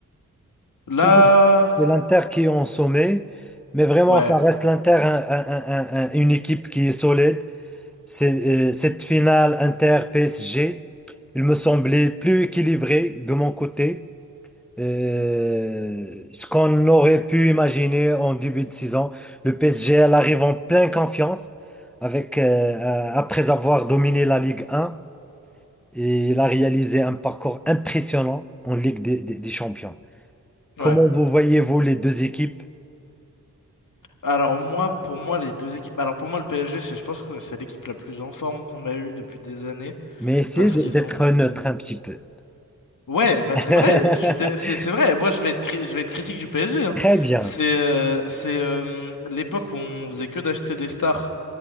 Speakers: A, on the left; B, in the centre.
A: là.
B: Toujours, c'est l'Inter qui est en sommet. Mais vraiment,
A: Ouais.
B: ça reste l'Inter, un- un- un- un- une équipe qui est solide. C'est, euh, cette finale Inter-PSG, il me semblait plus équilibré de mon côté. Euh, ce qu'on aurait pu imaginer en début de saison, le PSG, elle arrive en pleine confiance avec, euh, euh, après avoir dominé la Ligue 1. et il a réalisé un parcours impressionnant en Ligue des, des- des Champions. Comment
A: Ouais.
B: vous voyez-vous les deux équipes?
A: Alors, moi, pour moi, les deux équipes. Alors, pour moi, le PSG, c'est- je pense que c'est l'équipe la plus en forme qu'on a eue depuis des années.
B: Mais essayez
A: Parce
B: d-
A: qu'ils
B: d'être
A: ont mis.
B: neutre un petit peu.
A: Ouais, bah,
B: <laughs>
A: c'est vrai. je suis dé- C'est c'est vrai. Moi, je vais être, cri- je vais être critique du PSG. hein.
B: Très bien.
A: C'est euh, c'est euh, l'époque où on faisait que d'acheter des stars.